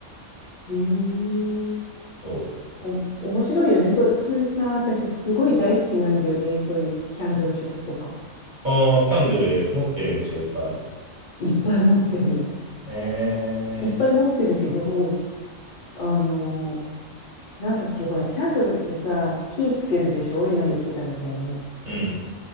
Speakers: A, on the left (about 60°); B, on the right (about 40°).
A: ええ
B: そう
A: お、面白いよね。そ、それさ、私すごい大好きなんだよね。そういうキャンドルショップとか。
B: ああ、キャンドル持ってるんでしょ、いっぱい。
A: いっぱい持ってる。
B: え
A: いっぱい持ってるけど、あの、なんだっけ、ほら、キャンドルってさ、火つけるでしょ今言ってたみたいに。
B: ー、うん。